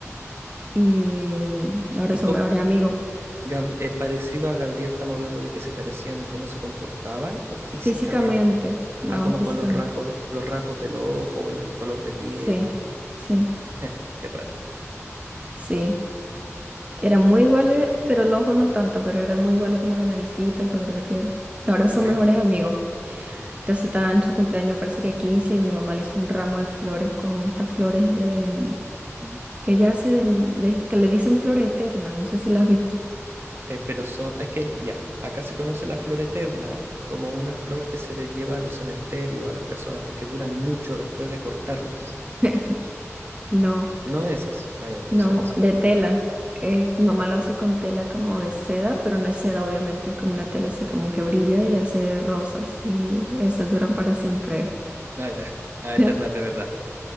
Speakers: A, on the right (about 25°); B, on the right (about 50°).
A: Y mm, ahora
B: ¿Y
A: es
B: cómo,
A: un mejor amigo.
B: Gab- eh, parecido a Gabriel, estamos hablando de que se parecían en cómo se comportaban o físicamente?
A: Físicamente, no
B: Ah, como
A: físicamente.
B: con los rasgos, los rasgos del ojo, el color de piel.
A: Sí, sí.
B: Eh, Qué raro.
A: Sí, Eran muy iguales, pero los ojos no tanto, pero eran muy iguales como la naricita, el color de piel. Y ahora
B: Ok.
A: son mejores amigos. Entonces está en su cumpleaños, parece que 15 y mi mamá le hizo un ramo de flores con estas flores de... mm, que ella hace de... de- que le dicen flores eternas, no sé si las has visto.
B: Eh, pero son, es que ya, acá se conoce la flor eterna como una flor que se le lleva a los cementerios, a las personas, porque duran mucho después de cortarlas.
A: <laughs> No,
B: No esas. Ah, ya, entonces
A: no,
B: no sé.
A: de tela. Eh, mi mamá lo hace con tela como de seda, pero no es seda, obviamente, es como una tela así como que brilla y hace rosas y esas duran para siempre.
B: Ah, ya. Ah, eternas
A: <laughs>
B: de verdad.